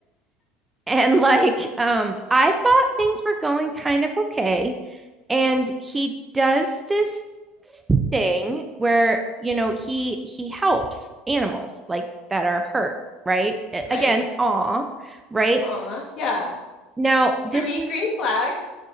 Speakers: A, on the right; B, on the left.
A: And like um I thought things were going kind of okay. And he does this thing where, you know, he he helps animals like that are hurt, right?
B: Right.
A: Again, aw, right?
B: Aw, yeah.
A: Now, this
B: For me,
A: is
B: green flag.